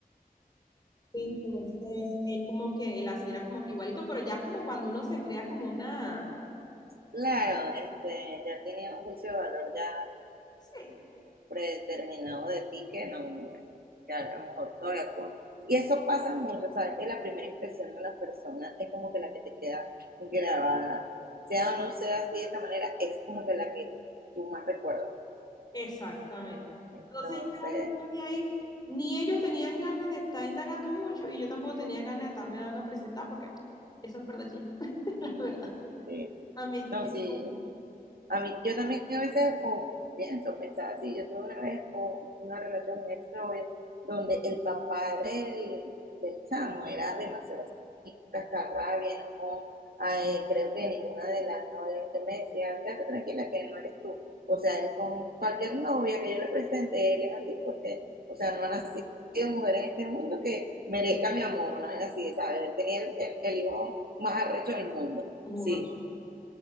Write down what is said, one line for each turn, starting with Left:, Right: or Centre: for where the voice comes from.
Left: Entonces él como que, la señora como que igualito, pero ya como cuando uno se crea como una...
Right: Claro, este, ya tenía un juicio de valor ya
Left: Sí,
Right: predeterminado de ti que no, que a lo mejor todavía con... Y eso pasa mucho, ¿sabes? Que la primera impresión de una persona es como que la que te queda grabada. Sea o no sea así de esta manera, esa es como que la que tú más recuerdas.
Left: exactamente.
Right: Entonces,
Left: Entonces ya después de ahí, ni ellos tenían ganas de estar indagando mucho y yo tampoco tenía ganas de estarme dando a presentar porque eso es verdad, <laughs> la verdad.
Right: sí, sí.
Left: A mí este
Right: No,
Left: tipo...
Right: sí, A mí, yo también a veces o pienso, pensaba así, yo tuve una vez o una relación, un exnovio, donde el papá del, del chamo era demasiado así, cascarrabia, enojón, Ay, creo que ninguna de las novias que me decía, quédate tranquila que no eres tú. O sea, él con cualquier novia que yo le presente, él es así porque, o sea, no ha nacido mujer en este mundo que merezca mi amor, una vez así, ¿sabes? Él tenía el, el- el hijo más arrecho del mundo.
Left: Mudo
Right: Sí,